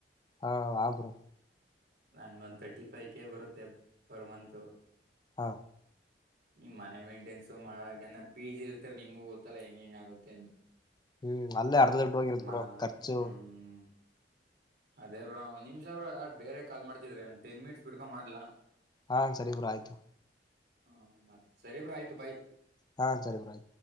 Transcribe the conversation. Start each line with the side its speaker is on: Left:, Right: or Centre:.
Left: ಹಾ ಹಾ ಬ್ರೋ
Right: ನಂಗ ಒಂದ ತರ್ಟಿ ಫೈವ್ ಕೆ ಬರುತ್ತೆ ಪರ್ ಮಂತ್
Left: ಹ
Right: ಇನ್ನು ಮನೆ ಮೇಂಟೆನ್ಸ ಮಾಡಕೆನೆ ಪಿ ಜಿ ಇರ್ತ ನಿಮಗು ಗೊತ್ತಲ್ಲಾ ಹೆಂಗ ಹೆಂಗ ಆಗುತ್ತೆ ಅಂತ
Left: ಹ್ಮ್ ಅಲ್ಲೇ ಅರ್ಧ ಹೋಗಿರತ್
Right: ಮ
Left: ಬ್ರೋ ಖರ್ಚು
Right: ಹ್ಮ್ ಅದೇ ಬ್ರೋ ಒಂದ್ ನಿಮಿಷ ಬೇರೆ ಕಾಲ್ ಮಾಡ್ತಿದ್ರಿ ಒಂದು ಟೆನ್ ಮಿನಿಟ್ಸ್ ಬಿಟ್ಟುಕೊಂಡು ಮಾಡ್ಲಾ
Left: ಹಾ ಸರಿ ಬ್ರೋ ಆಯ್ತು
Right: ಹ್ಮ ಮತ್ತ್ ಸರಿಬ ಬ್ರೋ ಆಯ್ತು ಬೈ
Left: ಹಾ ಸರಿ ಬೈ